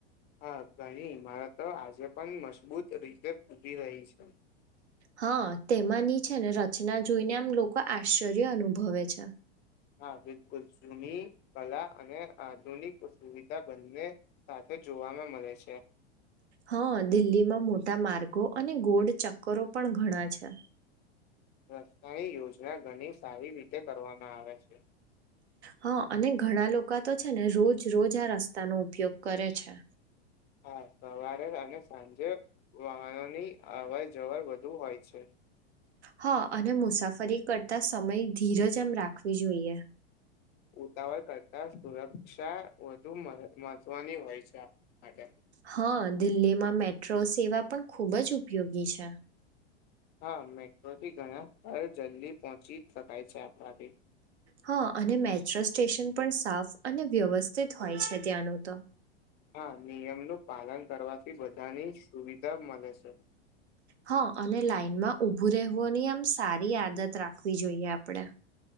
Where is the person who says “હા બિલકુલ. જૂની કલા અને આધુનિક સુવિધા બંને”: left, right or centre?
Left